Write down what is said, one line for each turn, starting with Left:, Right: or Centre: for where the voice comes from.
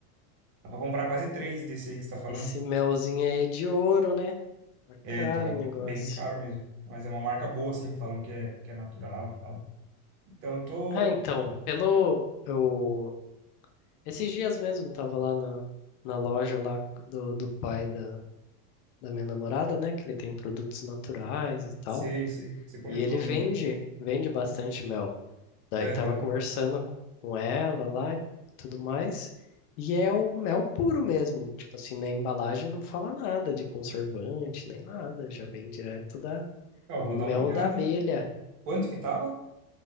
Right: Dá pra comprar quase três desse aí que você tá falando.
Left: esse melzinho aí é de ouro, né? Tá
Right: É,
Left: caro
Right: então,
Left: o negócio.
Right: bem caro mesmo. Mas é uma marca boa, assim, falam que é, que é natural e tal. Então eu tô.
Left: Ah, então, pelo. Eu Esses dias mesmo tava lá na, na loja lá do, do pai da, da minha namorada, né? Que ele tem produtos naturais e tal.
Right: Sei, sei. Você comentou
Left: E ele vende,
Right: mesmo.
Left: vende bastante mel. Daí
Right: Aham.
Left: tava conversando com ela lá e tudo mais. E é o mel puro mesmo. Tipo assim, na embalagem não fala nada de conservante, nem nada. Já vem direto da
Right: Ó, eu
Left: mel
Right: vou dar uma olhada,
Left: da abelha.
Right: hein? Quanto que tava?